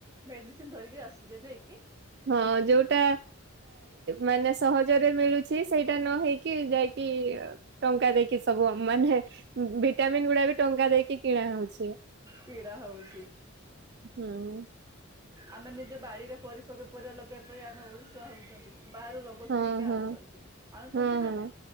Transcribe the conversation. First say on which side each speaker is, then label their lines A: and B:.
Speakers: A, on the right (about 15°); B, on the right (about 50°).
A: ମେଡିସିନ ଧରିକି ଆସୁଛେ ନାଇକି।
B: ହଁ ଯୋଉଟା ମାନେ ସହଜରେ ମିଳୁ ଛି ସେଇଟା ନ ହେଇକି ଯାଇକି ଟଙ୍କା ଦେଇକି ସବୁ ମାନେ ଭିଟାମିିନ୍‌ ଗୁଡା ବି ଟଙ୍କା ଦେଇକି କିଣା ହଉଛି।
A: କିଡ଼ା ହଉଛି <unintelligible>
B: ହୁଁ <inaudible>
A: ଆମେ ନିଜେ ବାଡିରେ କରି ଫକ ପରିବା ଲଗେଇବା ପାଇଁ ଆମେ ଓଡିଶୁଆ ହଉଛନ୍ତି ବାହାରୁ ର <unintelligible> ୋକ
B: ହଁ
A: କିଣିକି ଆଣୁଛନ୍ତି!
B: ହଁ
A: ଆଣୁଛନ୍ତି
B: ହଁ
A: ନା
B: ହଁ
A: ନାଇଁ